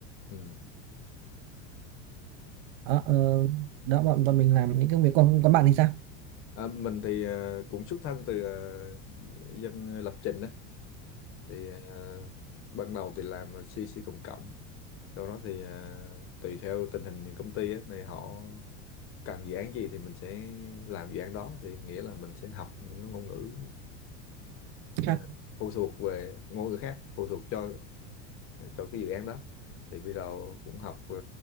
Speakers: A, on the left; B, on the right.
A: Ừ.
B: đó, ờ, đó bọn bọn mình làm những công việc còn còn bạn thì sao
A: À, mình thì ờ, cũng xuất thân từ ờ, dân lập trình á thì ờ, ban đầu thì làm CC cộng cộng sau đó thì ờ, tùy theo tình hình công ty á thì họ cần dự án gì thì mình sẽ làm dự án đó thì nghĩa là mình sẽ học những cái ngôn ngữ ờ,
B: à,
A: phụ thuộc về ngôn ngữ khác phụ thuộc cho cho cái dự án đó thì bây giờ cũng học ờ,